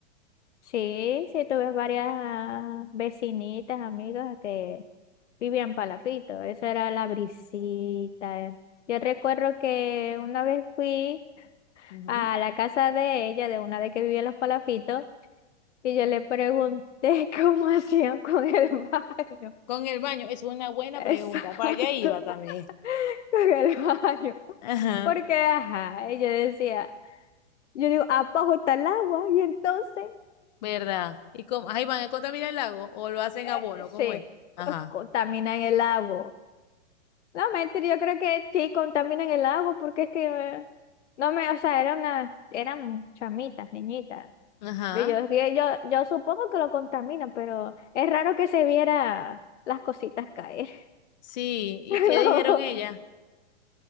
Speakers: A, on the left; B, on the left.
A: sí, sí, tuve varias vecinitas, amigas que vivían palafitos. Esa era la brisita. eh. Yo recuerdo que una vez fui
B: ujú.
A: a la casa de ella, de una de que vivía en los palafitos, Y yo le pregunté <laughs> cómo hacían con el baño.
B: Con el baño, es una buena
A: Exacto,
B: pregunta. Para allá iba también.
A: <laughs> con el baño.
B: Ajá,
A: Porque, ajá, y yo decía, yo digo, abajo está el agua y entonces,
B: ¿verdad? ¿Y cómo? Ahí van a contaminar el lago o lo
A: ah,
B: hacen abono,
A: eh, sí,
B: ¿cómo es?
A: co-
B: Ajá,
A: contaminan el agua. No, mentira, yo creo que sí, contaminan el agua porque es que, eh, no me, o sea, era una, eran chamitas, niñitas.
B: ajá.
A: Pero yo, que yo, yo supongo que lo contaminan, pero es raro que se viera las cositas caer.
B: Sí, ¿y
A: <laughs>
B: qué dijeron ella?